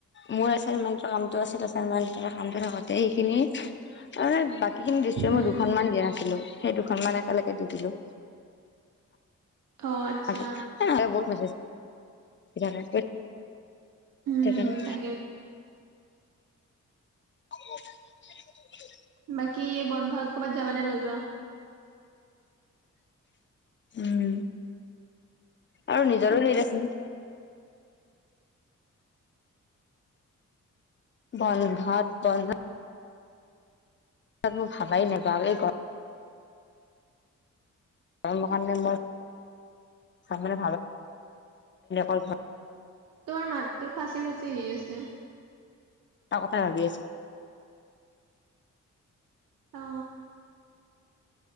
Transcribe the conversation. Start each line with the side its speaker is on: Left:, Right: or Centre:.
Left: মোৰ এচাইনমেন্টৰ কামটো আছিল, এাইনেন্টৰ কামটো থাকোতে সেইখিনি সিখিনি দৃশ্যই
Right: উম
Left: মই দুখনমান দিয়া নাছিলো, সেই দুখনমান একেলগে দি দিলো।
Right: অ আচ্ছা
Left: আজি, এ নহলে বহুত মেছেজ দি থাকে
Right: উম
Left: সেইকাৰণে।
Right: তাকে
Left: <inaudible>
Right: বাকী, বন্ধত কৰ'বাত যাবা নে নোযোৱা?
Left: উম, আৰু নিজৰো হেৰি দেখোন বল ভাত বল ভা তাত মোৰ ভাবাই নাপাওঁেই ক কাৰে মই ভ
Right: তোৰ মাতটো ফাঁচি ফাঁচি আহি আছে।
Left: ত কথাই ভাবি আছো।
Right: অ